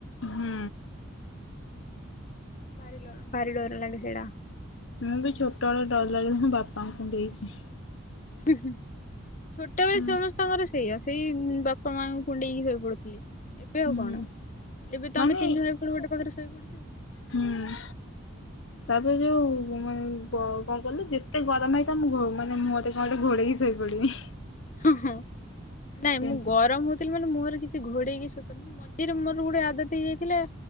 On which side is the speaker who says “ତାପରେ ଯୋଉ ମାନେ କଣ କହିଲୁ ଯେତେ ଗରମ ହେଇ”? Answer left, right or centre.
Left